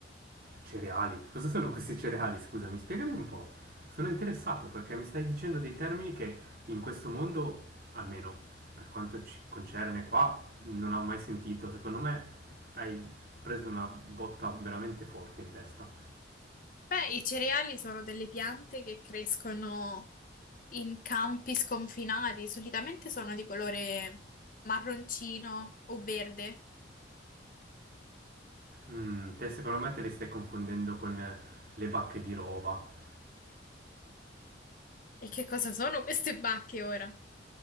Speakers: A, on the right; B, on the left.
A: Cereali? Che Cosa sono questi cereali? Scusami, spiegami un po'. Sono interessato perché mi stai dicendo dei termini che in questo mondo, almeno per quanto ci concerne qua, non ho mai sentito. Secondo me hai preso una botta veramente forte in testa.
B: Beh, i cereali sono delle piante che crescono in campi sconfinati, solitamente sono di colore marroncino o verde.
A: Mm, te secondo me te li stai confondendo con eh, le bacche di rova.
B: E che cosa sono queste bacche ora?